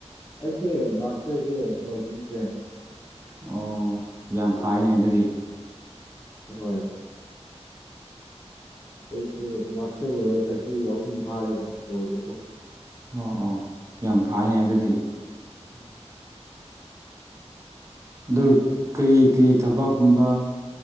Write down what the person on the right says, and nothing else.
ꯑꯣ ꯌꯥꯝ ꯐꯩꯅꯦ ꯑꯗꯨꯗꯤ
ꯑꯣ ꯑꯣ ꯌꯥꯝ ꯐꯅꯦ ꯑꯗꯨꯗꯤ
ꯑꯗꯨ
ꯀꯔꯤ ꯀꯔꯤ
ꯊꯕꯛꯀꯨꯝꯕ